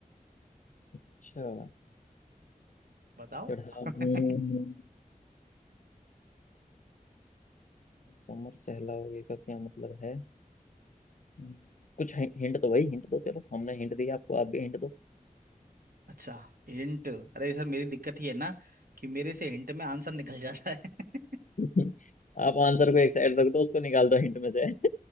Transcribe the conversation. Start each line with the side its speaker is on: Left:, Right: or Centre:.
Left: अच्छा
Right: बताओ
Left: चढ़ा
Right: <laughs>
Left: दूं कमर सहलाओगे का क्या मतलब है हम्म, कुछ हि- हिंट दो भाई हिंट दो चलो हमने हिंट दिया आपको आप भी हिंट दो
Right: अच्छा हिंट अरे सर मेरी दिक्कत ही है ना कि मेरे से हिंट में आंसर निकल जाता है
Left: <laughs> आप आंसर को एक साइड रख दो उसको निकाल दो हिंट में से <laughs>